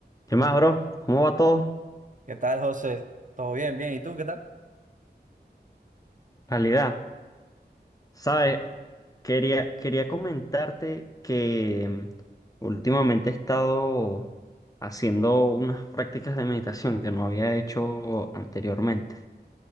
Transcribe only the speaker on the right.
¿Qué tal, José? ¿Todo bien? Bien. ¿Y tú qué tal?
Calidad.